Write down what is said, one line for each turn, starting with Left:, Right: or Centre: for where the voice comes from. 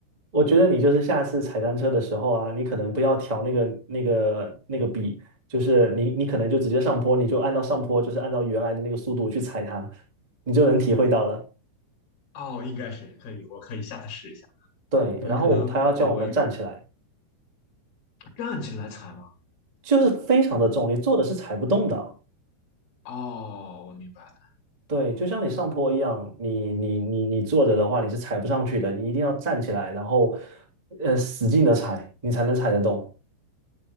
Right: 我觉得你就是下次踩单车的时候啊，你可能不要调那个那个那个笔，就是你你可能就直接上坡，你就按照上坡，就是按照原来的那个速度去踩它，你就能体会到了。
Left: 哦，应该是可以，我可以下次试一下，
Right: 对，
Left: 因为可能呃我又
Right: 然后他要叫我们站起来，
Left: 站起来踩嘛。
Right: 就是非常的重力，坐着是踩不动的。
Left: 哦，我明白了。
Right: 对，就像你上坡一样，你你你你坐着的话，你是踩不上去的，你一定要站起来，然后呃使劲的踩，你才能踩得动。